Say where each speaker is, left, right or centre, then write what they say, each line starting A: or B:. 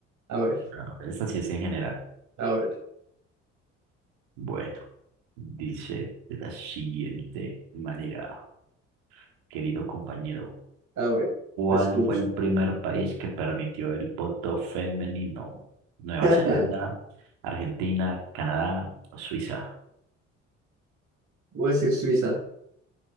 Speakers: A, on the right; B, on the right.
A: A ver,
B: No, esa sí es en general.
A: a ver,
B: Bueno, dice de la siguiente manera, querido compañero,
A: a ver,
B: ¿cuál
A: te escucho.
B: fue el primer país que permitió el voto femenino? ¿Nueva
A: <laughs>
B: Zelanda, Argentina, Canadá o Suiza?
A: Voy a decir Suiza.